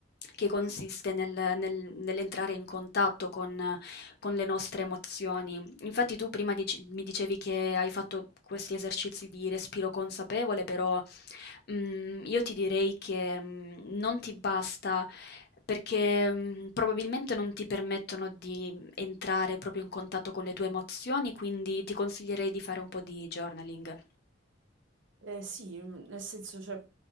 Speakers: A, on the left; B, on the right.
A: che consiste nel nel nell'entrare in contatto con con le nostre emozioni. Infatti tu prima dici mi dicevi che hai fatto questi esercizi di respiro consapevole, però Mhmm, io ti direi che, mhmm, non ti basta perché, mhmm, probabilmente non ti permettono di entrare proprio in contatto con le tue emozioni, quindi ti consiglierei di fare un po' di journaling.
B: Eh, sì, mm, nel senso, cioè,